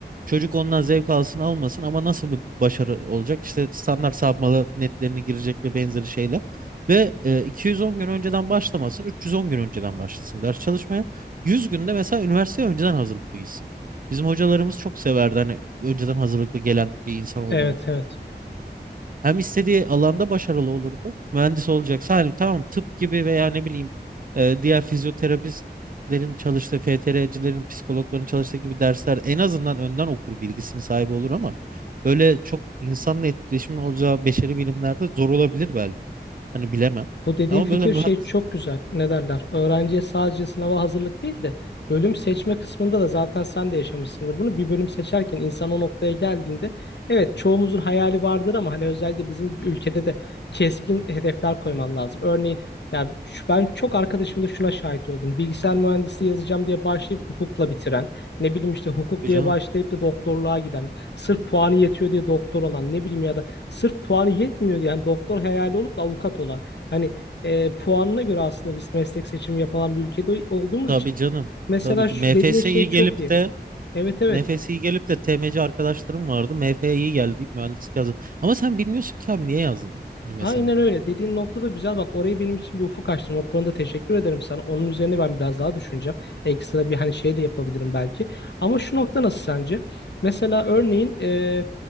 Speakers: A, on the right; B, on the left.
A: Çocuk ondan zevk alsın almasın ama nasıl bir başarı olacak? İşte standart sapmalı netlerine girecek ve benzeri şeyler. Ve e, 210 gün önceden başlamasın, 310 gün önceden başlasın ders çalışmaya. 100 günde mesela üniversiteye önceden hazırlıklı gitsin. Bizim hocalarımız çok severdi hani önceden hazırlıklı gelen bir insan oldu
B: Evet
A: mu?
B: evet.
A: Hem istediği alanda başarılı olurdu. Mühendis olacaksa hani tamam tıp gibi veya ne bileyim e, diğer fizyoterapistlerin çalıştığı, FTR'cilerin, psikologların çalıştığı gibi dersler en azından önden okur bilgisini sahibi olur ama böyle çok insanla etkileşimin olacağı beşeri bilimlerde zor olabilir belki. Hani bilemem.
B: Bu dediğin
A: Ama
B: fikir
A: böyle mühendis
B: şey çok güzel. Ne derler? Öğrenciye sadece sınava hazırlık değil de bölüm seçme kısmında da zaten sen de yaşamışsındır bunu. Bir bölüm seçerken insan o noktaya geldiğinde evet çoğumuzun hayali vardır ama hani özellikle bizim ülkede de keskin hedefler koyman lazım. Örneğin ya şu, ben çok arkadaşımda şuna şahit oldum. Bilgisayar mühendisliği yazacağım diye başlayıp hukukla bitiren, ne bileyim işte hukuk
A: Tabii
B: diye
A: canım.
B: başlayıp da doktorluğa giden, sırf puanı yetiyor diye doktor olan, ne bileyim ya da sırf puanı yetmiyor diye yani doktor hayali olup da avukat olan. Hani e, puanına göre aslında biz meslek seçimi yapılan bir ülkede olduğumuz
A: Tabii
B: için.
A: canım.
B: Mesela
A: Tabii ki
B: şu
A: MFS'yi
B: dediğin
A: gelip
B: şey çok iyi.
A: de
B: Evet evet.
A: MFS'yi gelip de TMC arkadaşlarım vardı. MF'yi geldi deyip mühendislik yazdı. Ama sen bilmiyorsun ki abi niye yazdın ya? Hani mesela.
B: Aynen öyle. Dediğin nokta da güzel. Bak orayı benim için bir ufuk açtın. O konuda teşekkür ederim sana. Onun üzerine ben biraz daha düşüneceğim. Ekstra bir hani şey de yapabilirim belki. Ama şu nokta nasıl sence? Mesela örneğin e,